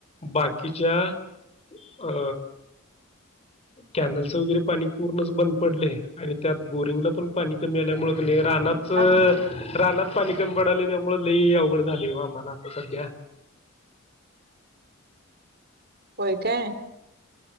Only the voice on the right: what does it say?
हा
होय काय?